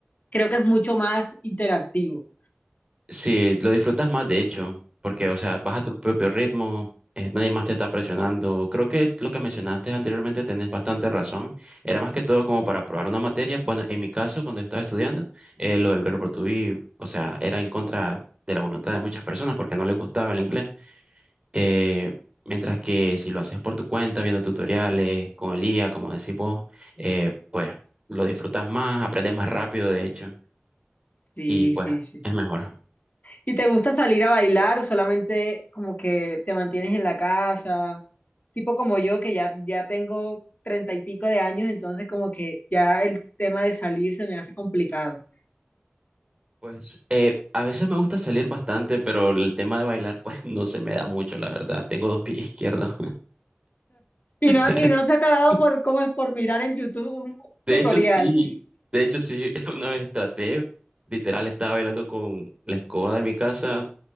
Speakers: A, on the left (about 45°); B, on the right (about 25°).
A: creo que es mucho más interactivo.
B: Sí, lo disfrutas más, de hecho, porque, o sea, vas a tu propio ritmo, eh, nadie más te está presionando. Creo que lo que mencionaste anteriormente tenés bastante razón. Era más que todo como para probar una materia. Bueno, en mi caso, cuando estaba estudiando, eh, lo del verbo to be, o sea, era en contra de la voluntad de muchas personas porque no les gustaba el inglés. Eh, mientras que si lo haces por tu cuenta, viendo tutoriales, con el IA, como decís vos, eh, pues lo disfrutas más, aprendes más rápido, de hecho,
A: Sí,
B: y pues
A: sí, sí.
B: es mejor.
A: ¿Y te gusta salir a bailar o solamente como que te mantienes en la casa? Tipo como yo, que ya, ya tengo treinta y pico de años, entonces como que ya el tema de salir se me hace complicado.
B: Pues eh, a veces me gusta salir bastante, pero el tema de bailar pues <laughs> no se me da mucho, la verdad. Tengo dos pies izquierdos. <laughs>
A: Y no, y no se te ha dado
B: Sí.
A: por, como es por mirar en YouTube un
B: De
A: tutorial.
B: hecho sí, de hecho sí, <laughs> una vez traté, literal estaba bailando con la escoba de mi casa,